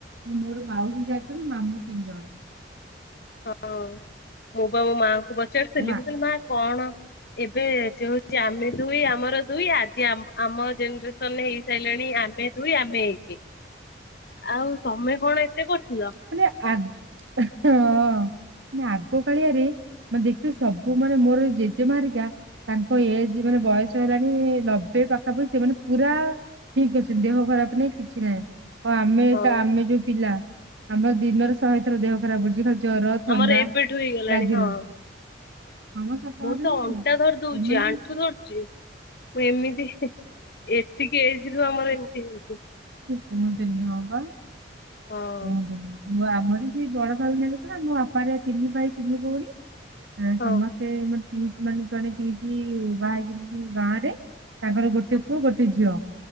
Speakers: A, on the right; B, on the left.
A: ମୋର ମାଉସୀ ଚାରିଜଣ, ମାମୁଁ ତିନି ଜଣ।
B: ହଁ ମୁଁ ବା ମୋ ମାଆଙ୍କୁ ପଚାରୁଥିଲି,
A: ଆଉ ଆ
B: ମୁଁ କହିଲି ମା କଣ? ଏବେ ଯେଉ ହଉଛି ଆମେ ଦୁଇ ଆମର ଦୁଇ। ଆଜି ଆମ ଆମ ଜେନେରେସନ ହେଇସାରିଲେଣି ଆମେ ଦୁଇ ଆମେ ଏ କେ।
A: ଫାଙ୍କା ଅଡିଓ।
B: ଆଉ ତମେ କଣ ଏତେ କରୁଥିଲ।
A: <unintelligible> ମନେ ଆଗ କାଳିଆରେ ମାନେ ଦେଖିବ ସବୁ ମାନେ ମୋର ଜେଜେମା ହେରିକା ତାଙ୍କ ଏଜ୍ ମାନେ ବୟସ ହେଲାଣି ଲବେ ପାଖାପାଖି ସେମାନେ ପୁରା ଠିକ ଅଛନ୍ତି ଦେହ ଖରାପ ନାଇଁ କିଛି ନାହିଁ ଆଉ ଆମେ
B: ହଁ
A: ଆମେ ଯୋଉ ପିଲା ଆମର ଦିନର ଶହେ ଥର ଦେହ ଖରାପ ହଉଛି ଖାଲି ଜର ଥଣ୍ଡା
B: ଆମର ଏବେଠୁ ହେଇଗଲାଣି
A: ଲାଗି
B: ହଁ।
A: ରହୁଛି। ହଁ ମ ସତ
B: ମୋର
A: କଥା
B: ତ
A: ନୁହେଁ
B: ଅଣ୍ଟା
A: କି?
B: ଧରି ଦଉଛି
A: ସେମାନେ
B: ଆଣ୍ଠୁ ଧରୁଛି ମୁଁ ଏମିତି ଏତିକି ଏଜ ରୁ ଆମର ଏମିତି ହେଇଛି।
A: କୁହନ୍ତି ନି ହଁ ବା।
B: ହଁ
A: କୁହନ୍ତୁନି ମୁଁ ଆମର ଯିଏ ବଡ ଫ୍ୟାମିଲି ତ ନା ମୋ ବାପାରେ ତିନି ଭାଇ ତିନି ଭଉଣୀ
B: ହଁ
A: ସମ ସେ ମୋର ପିଇଶି ମାନେ ଜଣେ ପିଇଶି ବାହା ହେଇଛନ୍ତି ଗାଁ ରେ ତାଙ୍କର ଗୋ <inaudible> କୁ ଗୋଟେ ଝିଅ